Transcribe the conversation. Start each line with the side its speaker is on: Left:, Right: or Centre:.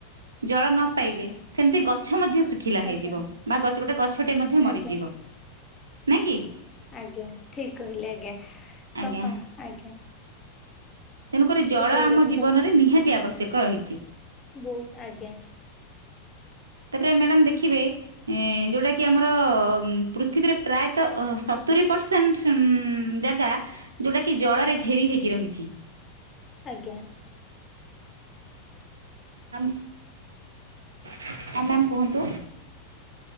Right: ଜଳ ନ ପାଇଲେ। ସେମିତି ଗଛ ମଧ୍ୟ ଶୁଖିଲା ହେଇଯିବ
Left: ଆଜ୍ଞା
Right: ବା ଗୋଟେ ଗଛଟେ ମଧ୍ୟ ମରିଯିବ।
Left: ଆଜ୍ଞା
Right: ନାଇଁ କି?
Left: ଆଜ୍ଞା ଠିକ କହିଲେ ଆଜ୍ଞା ତ
Right: ଆଜ୍ଞା
Left: ପା ଆଜ୍ଞା
Right: ତେଣୁକରି ଜଳ
Left: ତ ସେଇ
Right: ଆମ
Left: କଥା
Right: ଜୀବନରେ ନିହାତି ଆବଶ୍ୟକ ରହିଚି।
Left: ବହୁ ଆଜ୍ଞା।
Right: ତାପରେ ମ୍ୟାଡାମ୍ ଦେଖିବେ ଏଁ ଯୋଉଟା କି ଆମର ପୃଥିବୀରେ ପ୍ରାୟତଃ ଅ ସତୁରି ପର୍ସ ସେଣ୍ଟ୍ ଉଁ ଉଁ ଜାଗା ଯୋଉଟା କି ଜଳରେ ଘେରି ହେଇକି ରହିଚି।
Left: ଆଜ୍ଞା।
Right: ଆମ ହଁ ମ୍ୟାମ୍ କୁହନ୍ତୁ।